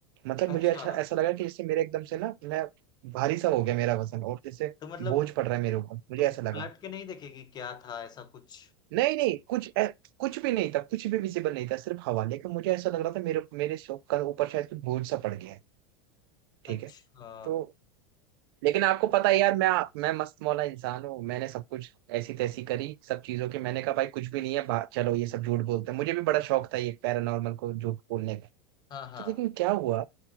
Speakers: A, on the right (about 65°); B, on the left (about 35°).
A: मतलब मुझे
B: अच्छा
A: अच्छा ऐसा लगा कि जैसे मेरे एकदम से ना मैं भारी सा हो गया मेरा वजन और जैसे
B: तो मतलब
A: बोझ पड़ रहा है मेरे ऊपर मुझे
B: तुम
A: ऐसा लगा
B: पलट के नहीं देखेगी क्या था ऐसा कुछ
A: नहीं नहीं कुछ ऐ- कुछ भी नहीं था कुछ भी विजिबल नहीं था सिर्फ हवा लेकिन मुझे ऐसा लग रहा था मेरे मेरे सो- का ऊपर शायद कुछ बोझ सा पड़ गया है
B: अच्छा
A: ठीक है तो लेकिन आपको पता है यार मैं मैं मस्त मौला इंसान हूँ मैंने सब कुछ ऐसी तैसी करी सब चीजों की मैंने कहा भाई कुछ भी नहीं है बा- चलो ये सब झूठ बोलते हैं मुझे भी बड़ा शौक था ये पैरानॉर्मल को झूठ बोलने का
B: हाँ हाँ
A: तो लेकिन क्या हुआ